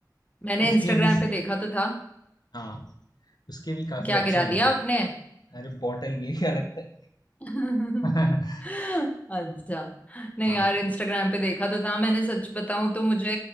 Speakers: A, on the left; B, on the left.
A: मैंने
B: उसके
A: इंस्टाग्राम
B: भी
A: पे देखा तो था
B: हाँ उसके भी काफी
A: क्या
B: अच्छे
A: गिरा
B: हैं मतलब
A: दिया आपने
B: अरे बॉटल गिर गया लगता है
A: <laughs>
B: <laughs>
A: अच्छा नहीं
B: हाँ
A: यार इंस्टाग्राम पे देखा तो था मैंने सच बताऊं तो मुझे